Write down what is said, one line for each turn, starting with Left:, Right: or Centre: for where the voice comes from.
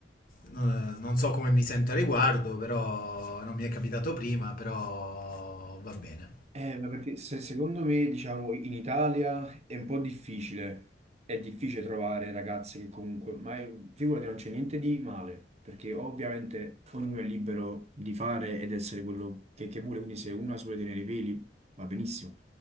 Left: non, non so come mi sento a riguardo, però non mi è capitato prima, però va bene.
Right: Eh, ma perché se- secondo me, diciamo, in Italia è un po' difficile, è difficile trovare ragazze che comunque, ma è- figurati, non c'è niente di male, perché ovviamente ognuno è libero di fare ed essere quello che, che vuole, quindi se uno ha solo tenere i peli va benissimo.